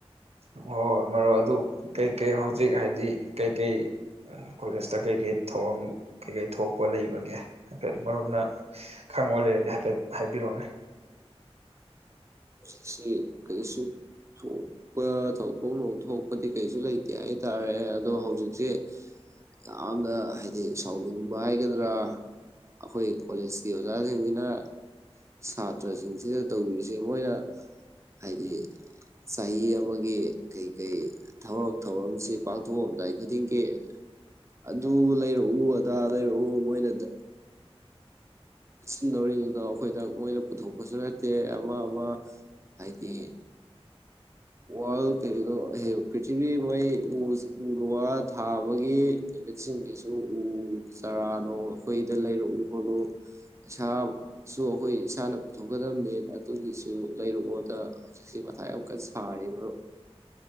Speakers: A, on the right (about 75°); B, on the right (about 25°).
A: ꯍꯣꯏ ꯍꯣꯏ ꯃꯔꯨꯞ ꯑꯗꯨ ꯀꯩꯀꯩ ꯍꯧꯖꯤꯛ ꯍꯥꯏꯗꯤ ꯀꯩꯀꯩ ꯀꯣꯂꯦꯖꯇ ꯀꯩꯀꯩ ꯊꯧꯔꯝ ꯀꯩꯀꯩ ꯊꯣꯛꯄ ꯂꯩꯕꯒꯦ ꯍꯥꯏꯐꯦꯠ ꯃꯔꯨꯞꯅ ꯈꯪꯕ ꯂꯩꯔꯗꯤ ꯍꯥꯏꯐꯦꯠ ꯍꯥꯏꯕꯤꯔꯛꯑꯣꯅꯦ
B: ꯁꯤ ꯀꯔꯤꯁꯨ ꯊꯣꯛꯄ ꯊꯧꯗꯣꯛꯐꯝ ꯊꯣꯛꯄꯗꯤ ꯀꯩꯁꯨ ꯂꯩꯇꯦ ꯍꯥꯏꯇꯥꯔꯦ ꯑꯗꯣ ꯍꯧꯖꯤꯛꯁꯦ ꯌꯥꯝꯅ ꯍꯥꯏꯗꯤ ꯁꯥꯎꯅꯤꯡꯕ ꯍꯥꯏꯒꯗ꯭ꯔꯥ ꯑꯩꯈꯣꯏ ꯀꯣꯂꯦꯖꯀꯤ ꯑꯣꯖꯥꯁꯤꯡꯁꯤꯅ ꯁꯥꯇ꯭ꯔꯁꯤꯡꯁꯤꯗ ꯇꯧꯕꯤꯔꯤꯁꯦ ꯃꯣꯏꯅ ꯍꯥꯏꯗꯤ ꯆꯍꯤ ꯑꯃꯒꯤ ꯀꯩꯀꯩ ꯊꯕꯔꯛ ꯊꯧꯔꯝꯁꯤ ꯄꯥꯡꯊꯣꯛꯑꯝꯗꯥꯏ ꯈꯨꯗꯤꯡꯒꯤ ꯑꯗꯨ ꯂꯩꯔꯛꯎ ꯑꯗꯥ ꯂꯩꯔꯛꯎ ꯃꯣꯏꯅꯗ ꯁꯤꯟꯗꯧꯔꯤꯗꯨꯅꯣ ꯑꯩꯈꯣꯏꯗ ꯃꯣꯏꯗ ꯄꯨꯊꯣꯛꯄꯁꯨ ꯅꯠꯇꯦ ꯑꯃ ꯑꯃ ꯍꯥꯏꯗꯤ ꯋꯥꯔꯜ ꯀꯗꯣ ꯄ꯭ꯔꯤꯊꯤꯕꯤ ꯃꯣꯏ ꯎ ꯋꯥ ꯊꯥꯕꯒꯤ ꯂꯠꯁꯤꯡꯒꯤꯁꯨ ꯎ ꯆꯥꯔꯥꯅꯣ ꯑꯩꯈꯣꯏꯗ ꯂꯩꯔꯛꯎ ꯈꯣꯠꯂꯨ ꯏꯁꯥꯁꯨ ꯑꯩꯈꯣꯏ ꯏꯁꯥꯅ ꯄꯨꯊꯣꯛꯀꯗꯝꯕꯅꯦ ꯑꯗꯨꯒꯤꯁꯨ ꯂꯩꯔꯛꯑꯣꯗ ꯍꯧꯖꯤꯛꯁꯤꯦ ꯃꯊꯥꯏ ꯀꯥꯟ ꯁꯔꯤꯕꯥ